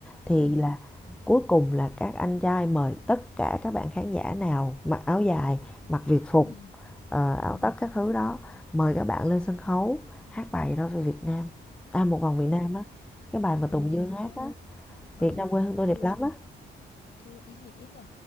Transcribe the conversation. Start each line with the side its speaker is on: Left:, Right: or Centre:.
Centre: Thì
Left: ừ
Centre: là cuối cùng là các anh trai mời tất cả các bạn khán giả nào mặc áo dài, mặc việt phục,
Left: ừ
Centre: ờ, áo
Left: ừ.
Centre: tất các thứ đó, mời các bạn lên sân khấu hát bài đó về Việt Nam. À một vòng Việt Nam
Left: Ồ,
Centre: á, cái bài mà
Left: bộ
Centre: Tùng
Left: vòng
Centre: Dương
Left: Việt
Centre: hát
Left: Nam.
Centre: á,
Left: Ừ.
Centre: Việt Nam quê hương tôi
Left: Ê
Centre: đẹp
Left: ơi.
Centre: lắm á.
Left: theo ý nghĩa nhở